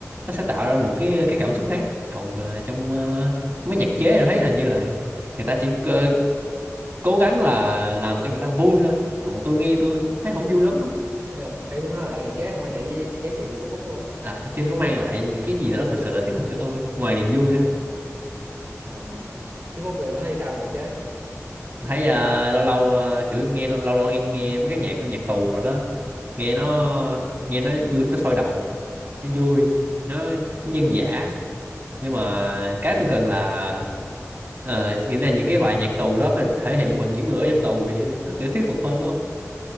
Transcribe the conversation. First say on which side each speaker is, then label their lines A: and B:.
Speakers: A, on the right; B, on the right.
A: nó sẽ tạo ra một cái cái cảm xúc khác còn ờ, trong ờ, mấy nhạc chế tôi thấy là như là người ta chỉ ờ, cố gắng là làm cho người ta vui thôi còn tôi nghe tôi cũng thấy không vui lắm á
B: Ý là- ý Phúc nói là nhạc chế không mang lại với giá trị gì cho Phúc luôn
A: à, nó chưa có mang lại những cái gì đó thật sự là thiết thực cho tôi ngoài niềm vui ra
B: à, chứ Phúc thì thấy sao nhạc chế
A: thấy à, lâu lâu à, kiểu nghe lâu lâu, lâu nghe, nghe mấy cái nhạc của nhạc tù rồi đó nghe nó nghe nó vui nó sôi động nó vui nó nó dân dã nhưng mà cái tôi cần là ờ, nghĩa là những cái bài nhạc tù đó phải được thể hiện bằng những người ở trong tù thì nó kiểu thuyết phục hơn không